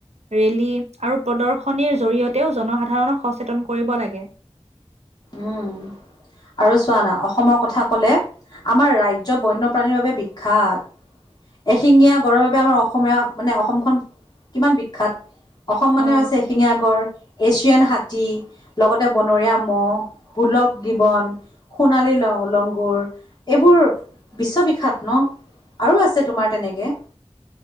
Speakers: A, on the right; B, on the left.
A: ৰেলী আৰু প্ৰদৰ্শনীৰ জৰিয়তেও জনসাধাৰণক সচেতন কৰিব লাগে। <inaudible>
B: উম আৰু চোৱা না অসমৰ কথা কলে আমাৰ ৰাজ্য বন্যপ্ৰাণীৰ বাবে বিখ্যাত। এশিঙীয়া গড়ৰ বাবে আমাৰ অসমীয়া মানে অসমখন কিমান বিখ্যাত। অসম মানে
A: অ
B: হৈছে এহিঙিয়া গঁড় এছিয়ান হাতী লগতে বনৰীয়া মহ' হোলক গিবন সোণালী ল লংগুৰ এইবোৰ বিশ্ববিখ্যাত ন। ন আৰু আছে তোমাৰ তেনেকে।